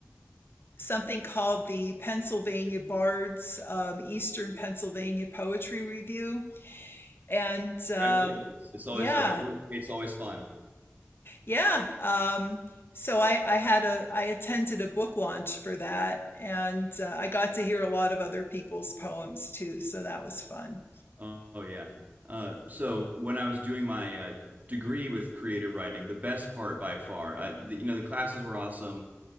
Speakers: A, on the left (about 55°); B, on the right (about 35°).
A: something called the Pennsylvania Bards um, Eastern Pennsylvania Poetry Review. And um,
B: Congratulations! It's always
A: yeah,
B: a, a really it's always fun.
A: yeah. Um, so I, I had a I attended a book launch for that, and uh, I got to hear a lot of other people's poems too. So that was fun.
B: Oh, oh, yeah. Uh, so when I was doing my uh, degree with creative writing, the best part by far, I, the, you know, the classes were awesome.